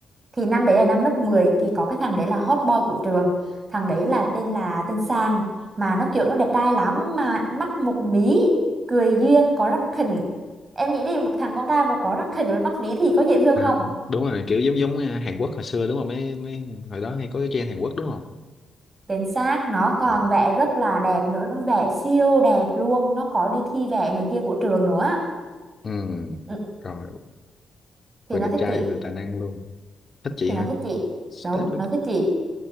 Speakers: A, on the right; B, on the left.
A: thì năm đấy là năm lớp mười thì có cái thằng đấy là hot boy của trường thằng đấy là tên là tên Sang mà nó kiểu nó đẹp trai lắm mà mắt một mí cười duyên có răng khỉnh em nghĩ đi một thằng con trai mà có răng khỉnh với mắt mí thì có dễ thương
B: à,
A: không
B: đúng rồi, kiểu giống giống à, Hàn Quốc hồi xưa đúng không? Mấy mấy hồi đó hay có cái trend Hàn Quốc đúng không?
A: chính xác nó còn
B: Rồi.
A: vẽ rất là đẹp nữa nó vẽ siêu đẹp luôn nó có đi thi vẽ này kia của trường nữa
B: Ừ,
A: Ừ,
B: rồi,
A: thì
B: vừa
A: nó
B: đẹp
A: thích
B: trai
A: chị
B: vừa tài năng luôn. Thích chị
A: thì nó
B: hả?
A: thích chị đúng
B: Thích quá.
A: nó thích chị